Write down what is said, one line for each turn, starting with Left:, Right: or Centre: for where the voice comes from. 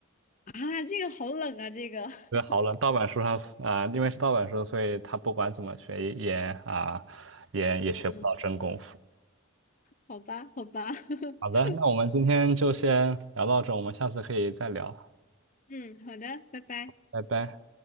Left: 啊，这个好冷啊，这个。<laughs>
Right: 这好了，盗版书上啊、因为是盗版书，所以他不管怎么学也啊、也也学不到真功夫。
Left: 嗯，好吧，好吧。<laughs>
Right: 好的，那我们今天就先聊到这，我们下次可以再聊，
Left: 嗯，好的，拜拜。
Right: 拜拜。